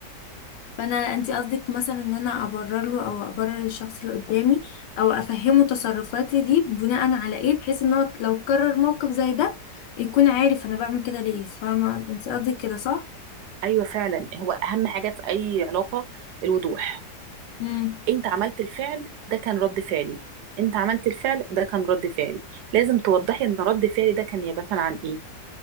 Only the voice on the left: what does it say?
فانا انت قصدك مثلا ان انا ابرر له او ابرر الشخص اللي قدامي او افهمه تصرفاتي دي بناء على ايه بحيث ان هو لو كرر موقف زي ده يكون عارف انا بعمل كده ليه فاهمه انت قصدك كده صح
امم